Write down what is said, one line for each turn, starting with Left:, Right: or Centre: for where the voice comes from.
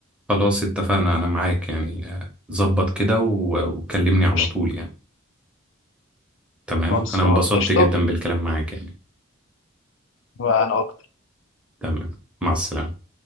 Centre: خلاص اتفقنا انا معاك يعني آه، ظبط كده و- وكلمني على
Left: قشطة
Centre: طول يعني تمام
Left: خلصان
Centre: انا انبسطت
Left: قشطة
Centre: جدا بالكلام معاك يعني
Left: وانا اكتر
Centre: تمام مع السلامة